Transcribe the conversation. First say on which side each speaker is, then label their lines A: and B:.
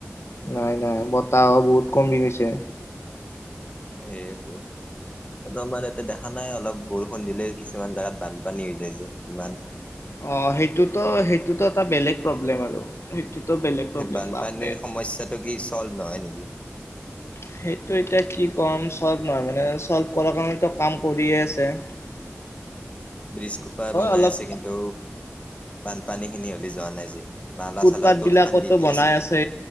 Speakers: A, on the left (about 60°); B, on the left (about 25°).
A: নাই, নাই বতাহো বহুত কমি গৈছে ৷
B: সেইটো। হলৌ আমাৰ ইয়াতে দেখা নাই, অলপ বৰষুণ দিলেই কিছুমান জোগাত বানপানী হৈ যায় যে কিমান?
A: অ সেইটোতো, সেইটোতো এটা বেলেগ প্ৰব্লেম আৰু। বেলেগ প্ৰব্লেম
B: সেই বানপানীৰ
A: বাপৰে।
B: সমস্যাটো কি চল্ভ নহয় নেকি?
A: সেইটো এতিয়া কি কম, চল্ভ নহয় মানে চল্ভ কৰা কাৰণেটো কাম কৰিয়ে আছে ৷
B: <inaudible> বিজ কোপা বনাই
A: অলপ
B: আছে কিন্তু বানপানী খিনি হ'লে যোৱা নাই যে? নালা
A: ফুটপাথবিলাক
B: চালাওতো খান্দি
A: ত
B: দি
A: বনাই আছে,